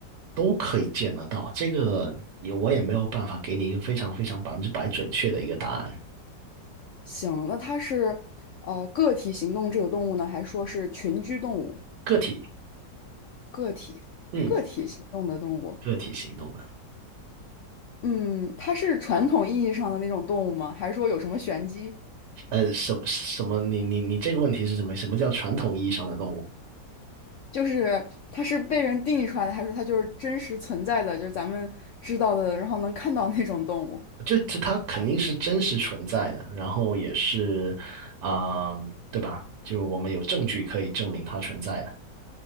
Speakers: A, on the right; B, on the left.
A: 都可以见得到，这个也我也没有办法给你一个非常非常百分之百准确的一个答案，
B: 行，那它是呃个体行动这种动物呢，还是说是群居动物？
A: 个体，
B: 个体个体行动的动物，
A: 嗯，个体行动的，
B: 嗯，它是传统意义上的那种动物吗？还是说有什么玄机？
A: 呃，什什么？你你你这个问题是什么？什么叫传统意义上的动物？
B: 就是它是被人定义出来的，还是说它就是真实存在的，就是咱们知道的，然后能看到那种动物？
A: 这这它肯定是真实存在的，然后也是，啊、对吧？就我们有证据可以证明它存在的，